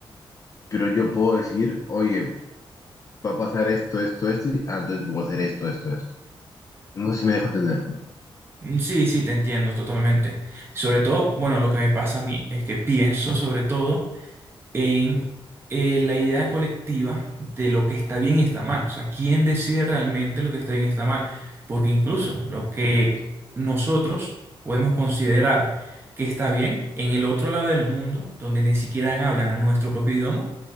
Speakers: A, on the left; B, on the right.
A: pero yo puedo decir, oye, va a pasar esto, esto, esto, y ah, entonces voy a hacer esto, esto, esto. No sé si me dejo entender.
B: Mm, Sí, sí, te entiendo totalmente. Sobre todo, bueno, lo que me pasa a mí es que pienso sobre todo en eh, la idea colectiva de lo que está bien y está mal. O sea, ¿quién decide realmente lo que está bien y está mal? Porque incluso lo que nosotros podemos considerar que está bien en el otro lado del mundo, donde ni siquiera hablan nuestro propio idioma,